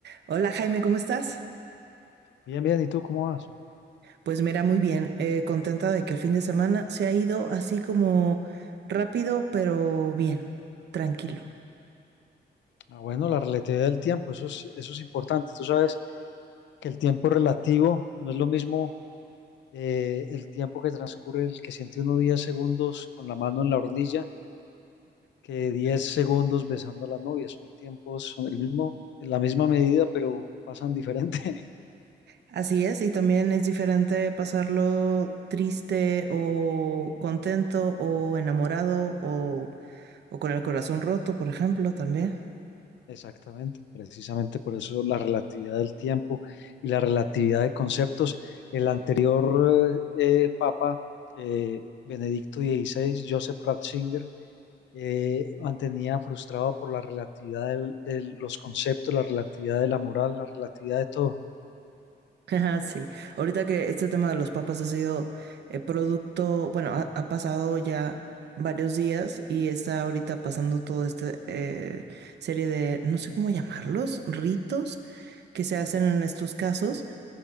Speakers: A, on the right; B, on the left.
A: Hola Jaime, ¿cómo estás?
B: Bien, bien, ¿y tú cómo vas?
A: Pues mira, muy bien, eh, contenta de que el fin de semana se ha ido así como rápido, pero bien, tranquilo.
B: Ah, bueno, la relatividad del tiempo, eso es, eso es importante. Tú sabes que el tiempo relativo no es lo mismo eh, el tiempo que transcurre, el que siente uno diez segundos con la mano en la hornilla, que 10 segundos besando a la novia. Son tiempos, son el mismo, la misma medida, pero pasan diferente. <laughs>
A: Así es, y también es diferente pasarlo triste o contento o enamorado o, o con el corazón roto, por ejemplo, también.
B: Exactamente, precisamente por eso la relatividad del tiempo y la relatividad de conceptos. El anterior eh, eh, papa, eh, Benedicto dieciséis, Joseph Ratzinger, eh, mantenía frustrado por la relatividad del- de los conceptos, la relatividad de la moral, la relatividad de todo.
A: Ajá, Sí, ahorita que este tema de los papas ha sido eh, producto, bueno, ha, ha pasado ya varios días y está ahorita pasando toda esta serie de, no sé cómo llamarlos, ritos que se hacen en estos casos.